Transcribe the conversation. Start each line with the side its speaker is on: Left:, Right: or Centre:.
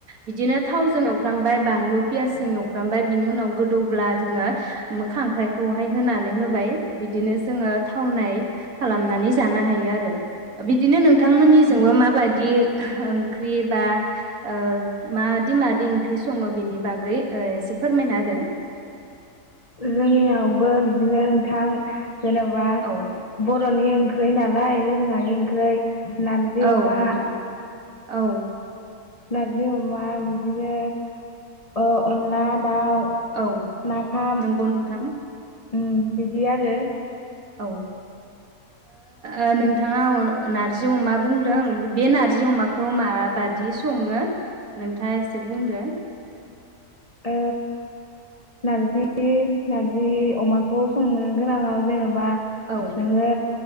Right: बिदिनो थावजों एवफ्रामबाय बानलु पियासजों एवफ्रामबाय बिनि उनाव गोदौब्ला जोङो खांख्राय खौहाय होनानै होबाय बिदिनो जोङो थावनाय खालामनानै जानो हायो आरो बिदिनो नोंथांमोननिजोंबो मा बादि ओ ओंख्रि बा ओ मादि मादि ओंख्रि सङो बेनि बागै एसे फोरमायना होदो
Left: जोंनियावबो बिदिनो नोंथां जेन'बा <unintelligible>
Right: औ
Left: बर'नि ओंख्रै नालाय दोरोङानि ओंख्रै नारजि
Right: औ
Left: अमा
Right: नोंथां औ
Left: नारजि अमा बिदिनो ओ अनला दाउ
Right: औ
Left: नाफाम
Right: नोंगौ नोंथां
Left: उम बिदि आरो।
Right: औ ओ ओ नोंथाङा अ नारजि अमा बुंदों बे नारजि अमाखौ माबादि सङो नोंथाङा एसे बुंदो
Left: ओ नारजि नारजि अमाखौ संनो गोनाङाव जेन'बा
Right: औ
Left: नोङो